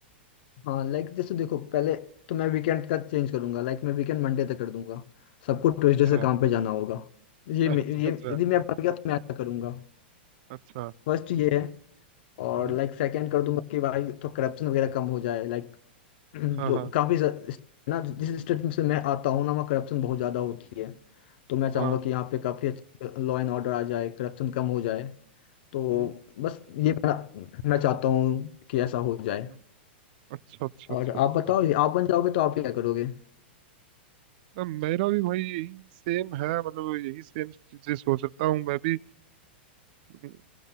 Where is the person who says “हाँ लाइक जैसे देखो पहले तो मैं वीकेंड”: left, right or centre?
Left